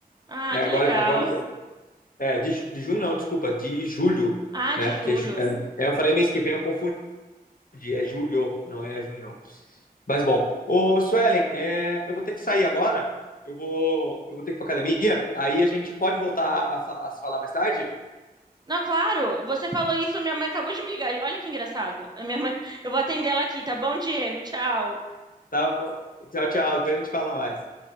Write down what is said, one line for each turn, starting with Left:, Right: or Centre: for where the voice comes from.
Right: Ah,
Left: É,
Right: que
Left: agora,
Right: legal.
Left: agora é, de, ju- de junho não, desculpa, de julho,
Right: Ah,
Left: né?
Right: de
Left: Porque
Right: julho.
Left: ju- é, é, eu falei mês que vem, eu confundi, é julho, não é junho. Mas bom, ô Suelen, é, eu vou ter que sair agora, eu vou, eu vou ter que ir pra academia, aí a gente pode voltar a, fa- a se falar mais tarde?
Right: Não, claro, você falou isso, minha mãe acabou de me ligar. Olha que engraçado. A minha mãe, <laughs> eu vou atender ela aqui, tá bom, Diego? Tchau.
Left: Tá bom. Tchau, tchau, depois a gente fala mais.